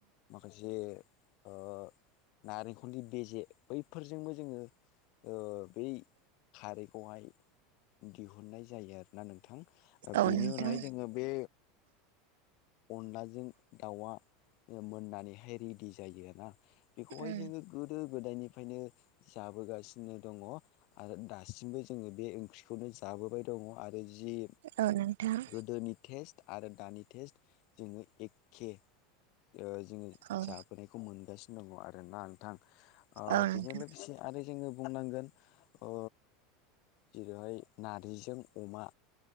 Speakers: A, on the left; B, on the right.
A: माखासे ओ नारेंखलनि बेजे बै फोरजोंबो जोङो ओ बै खारैखौहाय दिहुननाय जायो आरोना नोंथां
B: औ
A: बेनि
B: नोंथां
A: उनावहाय जोङो बे अनलाजों दाउआ मोननानैहाय रेडि जायो ना बेखौहाय
B: उम
A: जोङो गोदो गोदायनिफ्रायनो जा जाबोगासिनो दङ आरो दासिमबो जोङो बे ओंख्रिखौनो जाबोबाय दङ आरो जि
B: ओ नोंथां।
A: गोदोनि टेस्ट आरो दानि टेस्ट जोङो एखे ओ जोङो
B: औ
A: जाबोनायखौ मोनगासिनो दङ आरो ना नोंथां ओ
B: औ
A: बेजों
B: नोंथां
A: लोगोसे आरो जोङो बुंनांगोन अ जेरैहाय नारजिजों अमा।